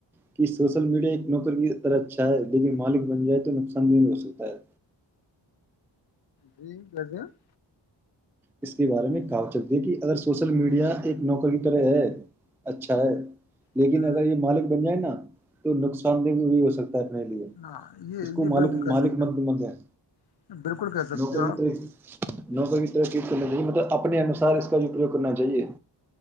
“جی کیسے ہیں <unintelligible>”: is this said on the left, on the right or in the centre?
Left